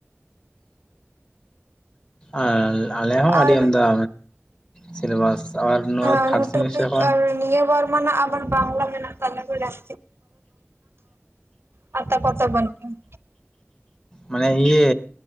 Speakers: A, on the left; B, on the right.
A: ᱟᱨ ᱟᱞᱮ ᱦᱚᱸ
B: ᱟᱨ
A: ᱟᱹᱰᱤ ᱟᱢᱫᱟ ᱥᱤᱞᱮᱵᱟᱥ ᱟᱨ ᱱᱚᱣᱟ
B: ᱦᱟᱸ
A: ᱛᱷᱟᱨᱰ
B: ᱱᱚ
A: ᱥᱮᱢᱤᱥᱴᱟᱨ
B: ᱴᱚᱯᱤᱠ
A: ᱠᱷᱚᱱ
B: ᱟᱨ ᱱᱤᱭᱚᱢ ᱵᱚᱨ ᱢᱟᱱ ᱟᱵᱟᱨ ᱵᱟᱝᱞᱟ ᱢᱮᱱᱟᱜ ᱛᱟᱞᱮ ᱵᱩᱡᱷᱟᱴ <unintelligible> ᱟ ᱛᱟ ᱯᱚᱨ ᱛᱚ ᱵᱟᱱᱩᱜ ᱠᱤᱱᱟ
A: ᱢᱟᱱᱮ ᱤᱭᱮ